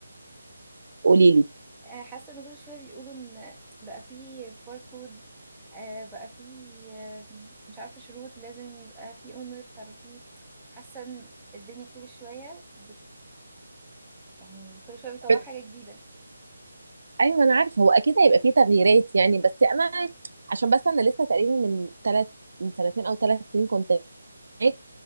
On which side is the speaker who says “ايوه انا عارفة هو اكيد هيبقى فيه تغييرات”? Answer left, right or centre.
Right